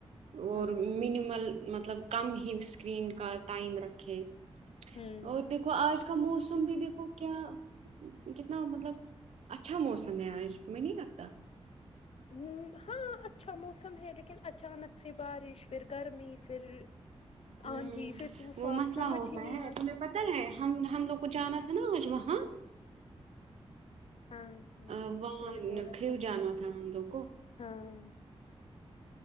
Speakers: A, on the right; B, on the left.
A: اور
B: ہاں
A: منیمل مطلب کم ہی اسکرین کا ٹائم رکھے
B: ہوں
A: اور دیکھو آج اس کا موسم بھی دیکو کیا کتنا مطلب اچھا موسم ہے آج تمہیں نہیں لگتا
B: ہ ہاں اچھا موسم ہے لیکن اچانک سے بارش پھر گرمی پھر
A: ہ
B: آندھی پھر طوفان
A: وہ مسئلہ
B: سمجھ
A: ہوتا
B: ہی نہیں
A: ہے
B: آتا
A: تمہیں پتہ ہے ہم ہم لوگ کو جانا تھا نا آج وہاں ہاں
B: ہاں ہاں
A: ا وہاں
B: تم نے بولا
A: کریو
B: تھا
A: جانا تھا ہم لوگ کو
B: ہاں